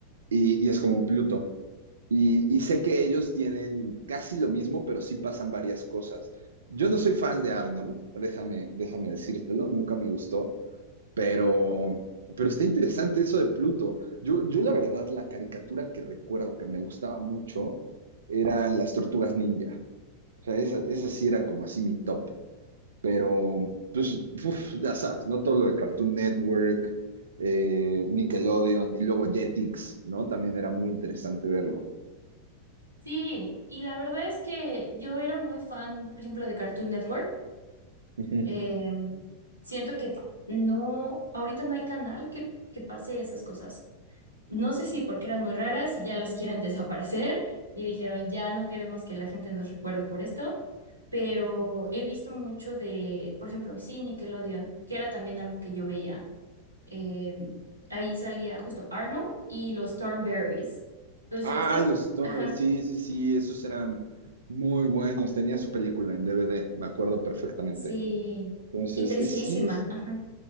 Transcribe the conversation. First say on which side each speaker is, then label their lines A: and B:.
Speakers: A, on the right; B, on the right.
A: Y, y es como un Pluto. Y, y sé que ellos tienen casi lo mismo, pero sí pasan varias cosas. Yo no soy fan de Arnold, déjame, déjame decírtelo, nunca me gustó. Pero, pero está interesante eso de Pluto. Yo, yo la verdad, la caricatura que recuerdo que me gustaba mucho eran las tortugas ninja. O sea, esa, esa sí era como así mi top. Pero, pues, uf, ya sabes, no todo lo de Cartoon Network, eh, Nickelodeon y luego Jetix, ¿no? También era muy interesante verlo.
B: Sí, y la verdad es que yo era muy fan, por ejemplo, de Cartoon Network.
A: Ujú.
B: Eh, siento que no, ahorita no hay canal que, que pase esas cosas. No sé si porque eran muy raras y ya las quieren <laughs> desaparecer y dijeron, ya no queremos que la gente nos recuerde por esto, pero he visto mucho de, por ejemplo, sí, Nickelodeon, que era también algo que yo veía. Eh, ahí salía justo Arnold y los Thornberrys. ¿Los
A: Ah,
B: llegaste a ver?
A: los Tor-
B: Ajá.
A: sí, sí, sí, esos eran muy buenos. Tenía su película en DVD, me acuerdo perfectamente.
B: Sí,
A: Entonces,
B: y tristísima,
A: es- sí,
B: ajá,